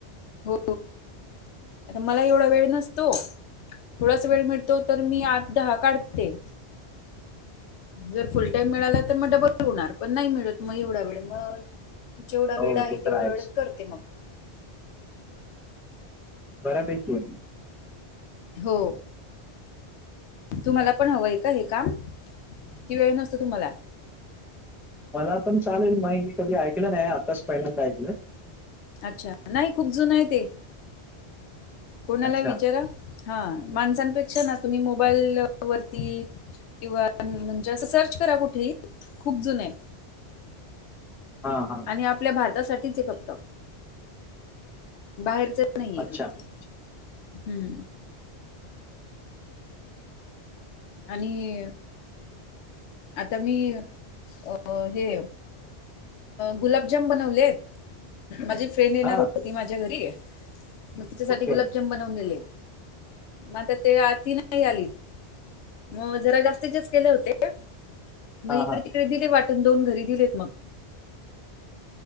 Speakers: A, on the left; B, in the centre.
A: हो आता मला ही एवढा वेळ नसतो थोडासा वेळ मिळतो तर मी आठ दहा काढते जर फुल टाइम मिळाला मग डबल होणार पण नाही मिळत मग एवढा वेळ मग जेवढा
B: हो
A: वेळ आहे
B: ते तर
A: तेवढ्या
B: आहेच
A: वेळच करते मग.
B: बऱ्यापैकीय
A: हो. तुम्हाला पण हवंय का हे काम कि वेळ नसतो तुम्हाला?
B: मला पण चालेल महि मी कधी ऐकलं नाय आताच पहिल्यांदा ऐकलं.
A: अच्छा नाय खूप जुन आय ते कोणाला
B: अच्छा
A: विचारा हा माणसांपेक्षा ना तुम्ही मोबाईल वरती किंवा म्हणजे असं सर्च करा कुठेही खूप जुन आय.
B: हां हां.
A: आणि आपल्या भारतासाठीच ए फक्त. बाहेरचे नाहीये
B: अच्छा
A: हम्म. आणि आता मी अ हे गुलाबजाम बनवलेत माझी फेन येणार
B: हां
A: होती माझ्या घरी म त्याच्या साठी
B: ओके
A: गुलाबजाम ब नवलेले म आता ते ती नाय आली. मग जरा जास्तीचेच केले होते मग
B: हां
A: इकडे
B: हां
A: तिकडे दिले वाटून दोन घरी दिलेत मग.